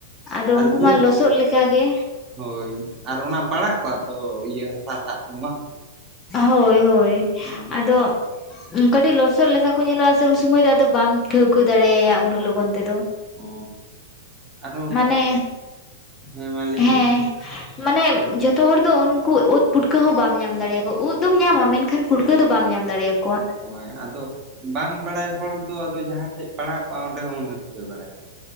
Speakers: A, on the left (about 20°); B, on the right (about 25°).
A: ᱟᱫᱚ
B: ᱟᱨ
A: ᱩᱱᱠᱩ
B: ᱵᱩᱡ
A: ᱢᱟ ᱞᱚᱥᱚᱫ ᱞᱮᱠᱟᱜ ᱜᱮ
B: ᱦᱳᱭ ᱟᱨ ᱚᱱᱟ ᱯᱟᱲᱟᱜ ᱠᱚᱜᱼᱟ ᱛᱚ ᱤᱭᱟᱹ ᱦᱟᱥᱟᱴᱟᱜ ᱫᱚ ᱵᱟᱝ
A: ᱦᱳᱭ ᱦᱳᱭ
B: ᱚ
A: ᱟᱫᱚ ᱠᱟᱹᱴᱤᱡ ᱞᱚᱥᱚᱫ ᱞᱮᱠᱟ ᱠᱚ ᱧᱮᱞᱚᱜᱼᱟ ᱥᱮ ᱩᱱ ᱥᱩᱢᱟᱹᱭ ᱫᱚ᱾ ᱫᱚ ᱵᱟᱢ ᱴᱷᱟᱹᱣᱠᱟᱹ ᱫᱟᱲᱮᱭᱟᱭᱟ ᱩᱱᱟᱹᱜ ᱞᱚᱜᱚᱱ ᱛᱮᱫᱚ᱾
B: ᱚ ᱟᱨᱚ
A: ᱢᱟᱱᱮ
B: ᱦᱮᱸ ᱢᱟ ᱞᱟᱹᱭ
A: ᱦᱮᱸ
B: ᱵᱤᱱ᱾
A: ᱢᱟᱱᱮ ᱡᱷᱚᱛᱚ ᱦᱚᱲ ᱫᱚ ᱩᱱᱠᱩ ᱩᱫ ᱯᱩᱴᱠᱟᱹᱣ ᱦᱚᱸ ᱵᱟᱢ ᱧᱟᱢ ᱫᱟᱲᱮᱭᱟᱠᱚᱣᱟ ᱩᱫ ᱫᱚᱢ ᱧᱟᱢᱟ,
B: ᱚ
A: ᱢᱮᱱᱠᱷᱟᱱ ᱴᱩᱲᱠᱟᱹᱣ ᱫᱚ ᱵᱟᱢ ᱧᱟᱢ ᱫᱟᱲᱮᱭᱟᱠᱚᱣᱟ᱾
B: ᱦᱳᱭ ᱟᱫᱚ ᱵᱟᱝ ᱵᱟᱲᱟᱭ ᱦᱚᱲ ᱫᱚ ᱟᱫᱚ ᱡᱟᱦᱟᱸ ᱴᱷᱮᱡ ᱯᱟᱲᱦᱟᱜ ᱠᱚᱜᱼᱟ ᱚᱸᱰᱮ ᱦᱚᱢ ᱛᱤᱠᱟᱹᱣ ᱵᱟᱲᱟᱭᱟ᱾